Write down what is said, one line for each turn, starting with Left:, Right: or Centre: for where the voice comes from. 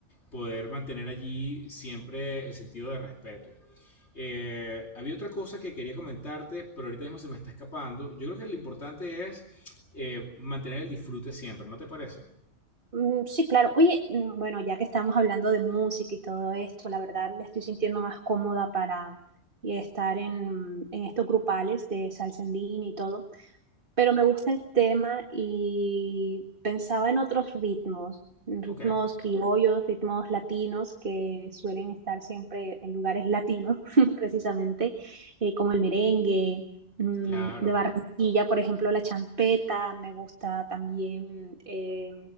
Left: Poder mantener allí siempre el sentido de respeto. Eh, había otra cosa que quería comentarte, pero ahorita mismo se me está escapando. Yo creo que lo importante es eh, mantener el disfrute siempre, ¿no te parece?
Right: Mm, Sí, claro. Oye, mm, bueno, ya que estamos hablando de música y todo esto, la verdad me estoy sintiendo más cómoda para y estar en, en estos grupales de salsa en línea y todo pero me gusta el tema y pensaba en otros ritmos, en ritmos
Left: Ok,
Right: criollos, ritmos latinos que suelen estar siempre en lugares latinos, <laughs> precisamente, eh, como el merengue, mm,
Left: claro.
Right: de Barranquilla, por ejemplo, la champeta, me gusta también eh,